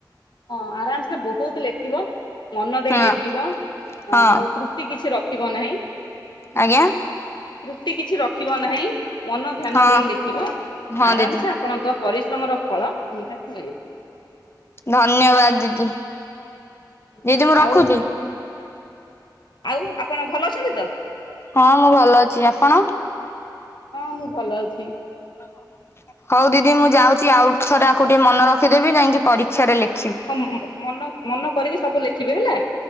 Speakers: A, on the left; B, on the left.
A: ହଁ ଆରାମ୍ ସେ ବହୁତ୍ ଲେଖିବ। ମନ ଦେଇ
B: ହଁ
A: ଲେଖିବ
B: ହଁ
A: ଆଉ ତୃ ଟି କିଛି ରଖିବ ନାହିଁ।
B: ଆଜ୍ଞା।
A: ତ୍ରୁଟି କିଛି ରଖିବ ନାହିଁ। ମନ ଧ୍ୟାନ
B: ହଁ
A: ଦେଇ ଲେଖିବ
B: ହଁ
A: ଆରାମ
B: ଦିଦି
A: ସେ ଆ ଆପଣଙ୍କ ପରିଶ୍ରମର ଫଳ ନିହାତି ମିଳିବ।
B: ଧନ୍ୟବାଦ୍ ଦିଦି। ଦିଦି ମୁଁ ରଖୁଚି।
A: ଆଉ ଆଉ ଆପଣ ଭଲ ଅଛନ୍ତି ତ
B: ହଁ ମୁଁ ଭଲ ଅଛି। ଆପଣ?
A: ହଁ ମୁଁ ଭଲ ଅଛି।
B: ହଁ ନମସ୍କାର ହଉ ଦିଦି ମୁଁ ଯାଉଛି ଆଉ ଥରେ ଆକୁ ଟିକେ ମନ ରଖିଦେବି ଯାଇକି ପରୀକ୍ଷାରେ ଲେଖ
A: ହଁ ମନ ମନ କରିକି ସବୁ ଲେଖିବେ ହେଲା।